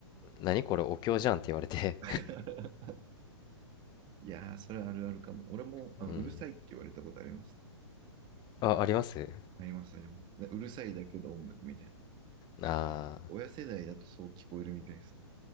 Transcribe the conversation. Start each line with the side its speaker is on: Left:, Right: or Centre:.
Left: 何これお経じゃんって言われて
Right: <laughs> いやー、それはあるあるかも。俺もあのうるさいって言われたことあります。
Left: <laughs> うん。あ、あります
Right: あります、あります。でうるさいだけど音楽みたいな。
Left: ああ
Right: 親世代だとそう聞こえるみたいです。